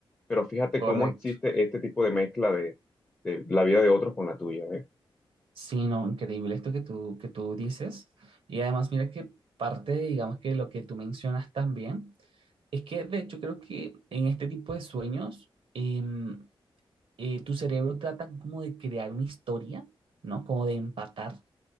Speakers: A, on the left (about 20°); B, on the right (about 75°).
A: Pero fíjate
B: Correcto.
A: cómo existe este tipo de mezcla de, de la vida de otros con la tuya, ¿eh?
B: Sí, no, increíble esto que tú, que tú dices. Y además, mira que parte, digamos que lo que tú mencionas también, es que de hecho creo que en este tipo de sueños, em, eh, tu cerebro trata como de crear una historia, ¿no? Como de empatar